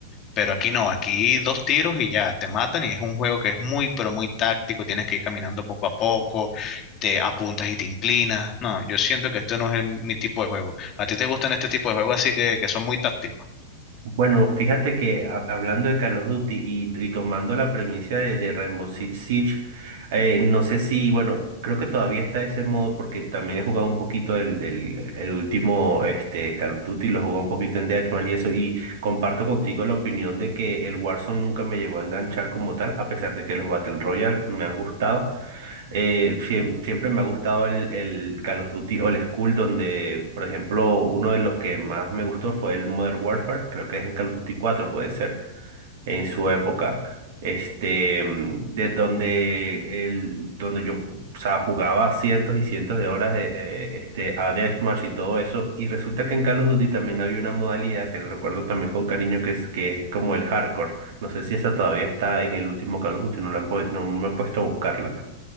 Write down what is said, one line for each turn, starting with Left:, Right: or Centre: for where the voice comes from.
Left: pero aquí no, aquí dos tiros y ya te matan y es un juego que es muy, pero muy táctico, tienes que ir caminando poco a poco, te apuntas y te inclinas. No, yo siento que esto no es el- mi tipo de juego. ¿A ti te gustan este tipo de juegos así que, que son muy tácticos?
Right: Bueno, fíjate que ha- hablando de Call of Duty y, y tomando la premisa de, de Rainbow Six Siege, eh, no sé si, bueno, creo que todavía está ese modo porque también he jugado un poquito el, el, el último este, Call of Duty, lo jugué un poquito en Deathmatch y eso, y comparto contigo la opinión de que el Warzone nunca me llegó a enganchar como tal, a pesar de que los Battle Royale me han gustado. Eh, siem- siempre me ha gustado el, el Call of Duty Old School, donde, por ejemplo, uno de los que más me gustó fue el Modern Warfare, creo que es el Call of Duty 4 puede ser, en su época. Este, mm, de, donde, el, donde yo, o sea, jugaba cientos y cientos de horas de eh, este, a Deathmatch y todo eso. Y resulta que en Call of Duty también había una modalidad que le recuerdo también con cariño, que es, que es como el hardcore. No sé si esa todavía está en el último Call of Duty, no, la han pod- no me he puesto a buscarla